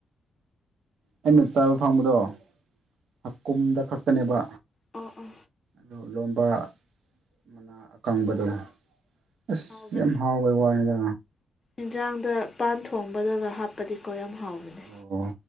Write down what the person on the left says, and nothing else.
ꯑꯣ ꯑꯣ
ꯍꯥꯎꯕꯅꯦ
ꯏꯟꯖꯥꯡꯗ ꯄꯥꯟ ꯊꯣꯡꯕꯗꯒ ꯍꯥꯞꯄꯗꯤ ꯀꯣ ꯌꯥꯝ ꯍꯥꯎꯕꯅꯦ